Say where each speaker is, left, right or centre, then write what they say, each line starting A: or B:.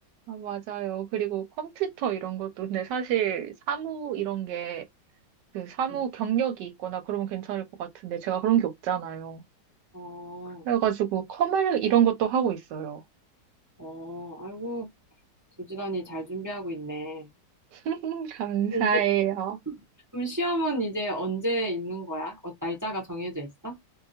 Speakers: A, on the right (about 80°); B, on the right (about 25°).
A: 아, 맞아요. 그리고 컴퓨터 이런 것도, 근데 사실 사무 이런 게 그 사무
B: 음,
A: 경력이 있거나 그러면 괜찮을 것 같은데 제가 그런 게 없잖아요.
B: 어,
A: 그래가지고 컴활 이런 것도 하고 있어요.
B: 어, 아이고, 부지런히 잘 준비하고 있네.
A: <laughs> 감사해요.
B: 그럼 이제, 그럼 시험은 이제 언제 있는 거야? 어, 날짜가 정해져 있어?